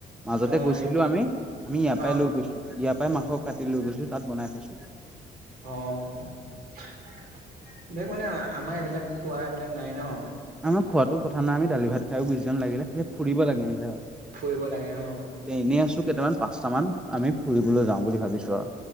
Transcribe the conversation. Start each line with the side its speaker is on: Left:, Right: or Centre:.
Centre: মাজতে
Right: অ
Centre: গৈছিলো
Right: সেইটোত
Centre: আমি, আমি ইয়াৰ পৰাই
Right: অ
Centre: লৈ গৈছিলো ইয়াৰ পৰাই মাংস কাটি লৈ গৈছো তাত বনাই খাইছোগৈ।
Right: অ বেগ মানে আমাৰ এইবিলাক খোৱা এইবিলাক নাই ন।
Centre: আমাৰ খোৱাটো কথা নাই আমি দালি ভাত খায়ো গুচি যাম লাগিলে, খালি ফুৰিব লাগে আমি জাগা।
Right: ফুৰিব লাগে অ
Centre: এ এনেই আছো কেইটামান পাঁচটামান আমি ফুৰিবলৈ যাওঁ বুলি ভাবিছো আৰু